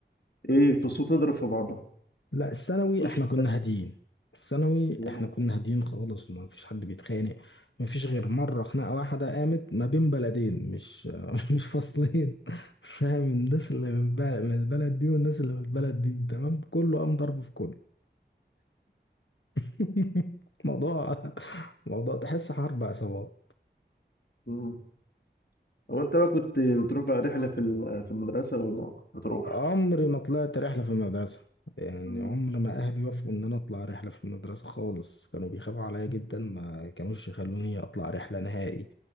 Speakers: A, on the left; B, on the left.
A: ايه فصول تضرب في بعضها
B: لا الثانوي
A: مش
B: احنا كنا هاديين الثانوي
A: مم.
B: احنا كنا هاديين خالص ما فيش حد بيتخانق ما فيش غير مرة خناقة واحدة قامت ما بين بلدين مش <laughs> مش فصلين فاهم الناس اللي من بل- من البلد دي والناس اللي من البلد دي تمام كله قام ضرب في كله <laughs> موضوع موضوع تحس حرب عصابات
A: مم. <laughs> هو انت بقى كنت بتروح بقى رحله في ال- في المدرسه ولا بتروح؟
B: عمري ما طلعت رحلة في المدرسة يعني
A: مم.
B: عمر ما أهلي وافقوا إن أنا أطلع رحلة في المدرسة خالص كانوا بيخافوا عليا جدا ما كانوش يخلوني أطلع رحلة نهائي